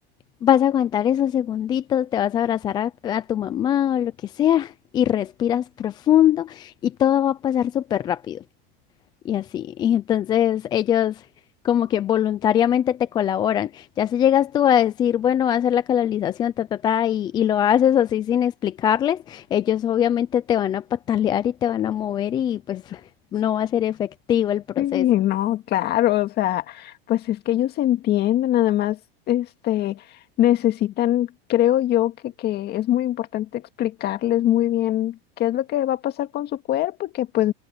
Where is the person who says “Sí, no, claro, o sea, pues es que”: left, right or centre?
Left